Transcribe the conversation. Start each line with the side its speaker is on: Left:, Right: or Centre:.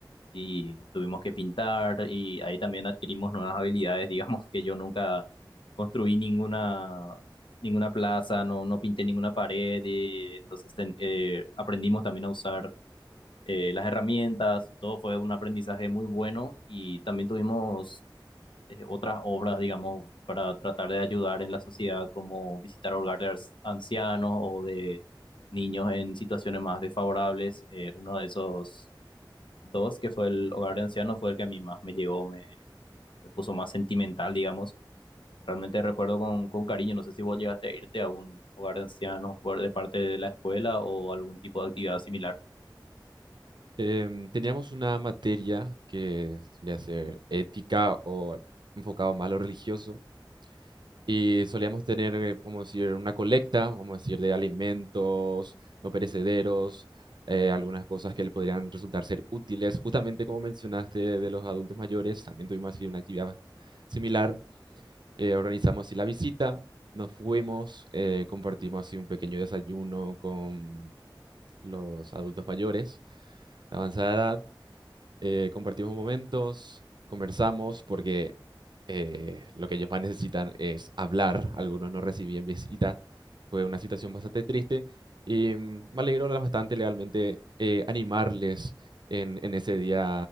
Left: y tuvimos que pintar y ahí también adquirimos nuevas habilidades, digamos <laughs> que yo nunca construí ninguna, ninguna plaza, no, no pinté ninguna pared, y entonces ten- eh, aprendimos también a usar eh, las herramientas, todo fue un aprendizaje muy bueno y también tuvimos eh, otras obras, digamos, para tratar de ayudar en la sociedad, como visitar hogares ancianos o de niños en situaciones más desfavorables. eh, uno de esos Dos, que fue el hogar de ancianos, fue el que a mí más me llegó, me, me puso más sentimental, digamos. Realmente recuerdo con, con cariño, no sé si vos llegaste a irte a un hogar de ancianos por- de parte de la escuela o algún tipo de actividad similar.
Right: Em, teníamos una materia que solía ser ética o enfocado más a lo religioso y solíamos tener, eh, vamos a decir, una colecta, vamos a decir, de alimentos no perecederos, eh, algunas cosas que le podrían resultar ser útiles. Justamente como mencionaste de los adultos mayores, también tuvimos así una actividad similar eh, organizamos así la visita, nos fuimos, eh, compartimos así un pequeño desayuno con los adultos mayores de avanzada edad, eh, compartimos momentos, conversamos porque eh, lo que ellos más necesitan es hablar, algunos no recibían visita, fue una situación bastante triste y mm, me alegró bastante legalmente eh, animarles en, en ese día